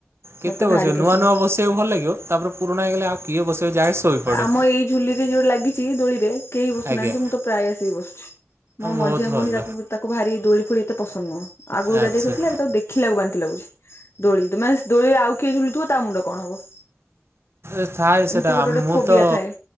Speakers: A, on the right; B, on the left.
A: କେତେ
B: ମତେ
A: ବସିବ
B: ଭାରି ପସନ୍ଦ।
A: ନୂଆ ନୂଆ ବସିବାକୁ ଭଲ ଲାଗିବ ତାପରେ ପୁରୁଣା ହେଇଗଲେ ଆଉ କିଏ ବସିବ। ଯାଏ ଶୋଇପଡ଼େ।
B: ଆମ ଏଇ ଝୁଲିରେ ଯୋଉ ଲାଗିଛି। ଦୋଳିରେ। କେହି ବସୁନାହାନ୍ତି
A: ଆଜ୍ଞା
B: ମୁଁ ତ ପ୍ରାୟ ଆସିକି ବସୁଛି, ମୋ ମଝିଆ
A: ବହୁତ ଭଲ
B: ଭଉଣୀ ତାକୁ ତାକୁ ଭାରି ଦୋଳିଫୋଳି ଏତେ ପସନ୍ଦ ନୁହଁ ଆଗରୁ
A: ଆଚ୍ଛା।
B: ଯା ଟିକେ ଖେଳୁଥିଲା ଏବେ ତାକୁ ଦେଖିଲାକୁ ବାନ୍ତି ଲାଗୁଛି, ଦୋଳି ମାନେ ଦୋଳିରେ ଆଉ। କିଏ ଝୁଲୁଥିବ ତା ମୁଣ୍ଡ କଣ ହବ।
A: ଏ ଥାଏ ସେଟା,
B: ଏମିତି ଗୋଟେ ଗୋଟେ
A: ମୁଁ
B: ଫୋବିଆ
A: ତ
B: ଥାଏ।